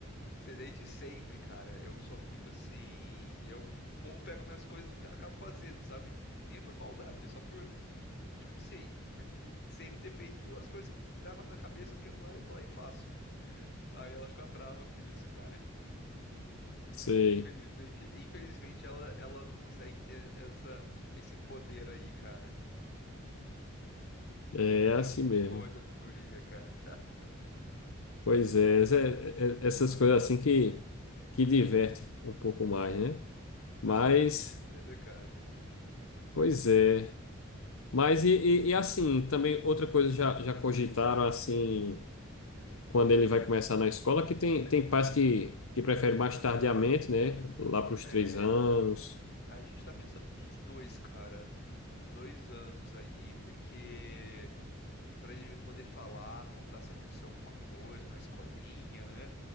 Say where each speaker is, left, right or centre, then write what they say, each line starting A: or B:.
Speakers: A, on the left (about 50°); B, on the left (about 80°).
A: sei desde sempre, cara. Eu sou muito assim, eu vou, pego minhas coisas e já acabo fazendo, sabe? Nem é por maldade, é só por, tipo assim, por sempre ter feito as coisas que me dá na cabeça, eu quero lá e vou lá e faço. Aí ela fica brava com isso, cara.
B: sei.
A: Infelizmente, infelizmente ela, ela não consegue ter essa, esse poder aí, cara.
B: É
A: Mas
B: assim
A: é muito
B: mesmo.
A: boa essa figurinha, cara.
B: Pois é, essa- é- é- essas coisas assim que, que diverte um pouco mais, né? Mas,
A: Ah, tem que ser, né, cara?
B: pois é. Mas e, e- e assim, também outra coisa já, já cogitaram assim, quando ele vai começar na escola, que tem, tem pais que, que preferem mais
A: Aham.
B: tardiamente, né? Lá para os
A: É,
B: três anos.
A: a gente tá pensando uns dois, cara. Uns dois anos aí, porque para ele poder falar, contar se aconteceu alguma coisa na escolinha, né?